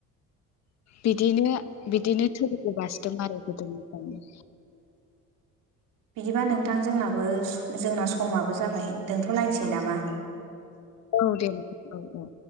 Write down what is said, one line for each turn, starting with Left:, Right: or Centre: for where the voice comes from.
Left: बिदिनो सोलिबोगासिनो दं आरो गोदोनिफ्रायनो।
Right: बिदिबा नोंथां जोंनाबो जोंना समाबो जाबाय दोनथ'लायनोसै नामा।
Left: औ दे औ औ।